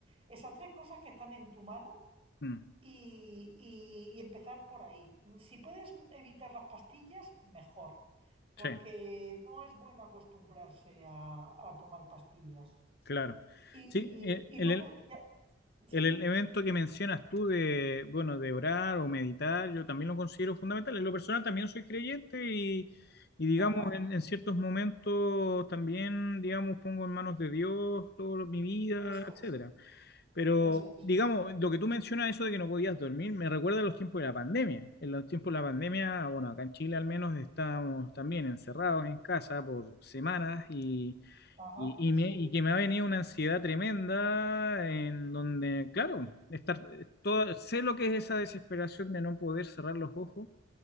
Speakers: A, on the right; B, on the left.
A: Esas tres cosas que están en tu mano
B: Mm,
A: y, y- y empezar por ahí. Si puedes evitar las pastillas, mejor, porque
B: sí,
A: no es bueno acostumbrarse a, a tomar pastillas.
B: claro.
A: Y,
B: Sí, eh,
A: y
B: el,
A: luego, ya, sí,
B: El
A: di.
B: elemento que mencionas tú de, bueno, de orar o meditar, yo también lo considero fundamental. En lo personal también soy creyente y, y digamos,
A: ajá,
B: en, en ciertos momentos también, digamos, pongo en manos de Dios toda mi vida,
A: eso
B: etcétera.
A: es,
B: Pero,
A: eso es,
B: digamos, lo que tú mencionas, eso de que no podías dormir, me recuerda a los tiempos de la pandemia. En los tiempos de la pandemia, bueno, acá en Chile al menos estábamos también encerrados en casa por semanas y
A: ajá,
B: y, y
A: sí.
B: me- y que me ha venido una ansiedad tremenda en donde, claro, estar toda, sé lo que es esa desesperación de no poder cerrar los ojos,